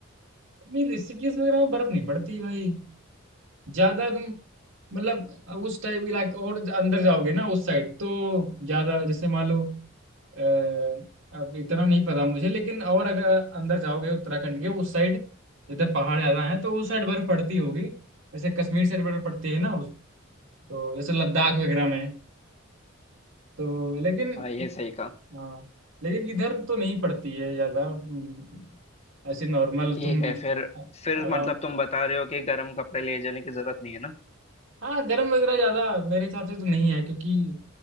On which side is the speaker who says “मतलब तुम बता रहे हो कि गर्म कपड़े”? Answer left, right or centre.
Left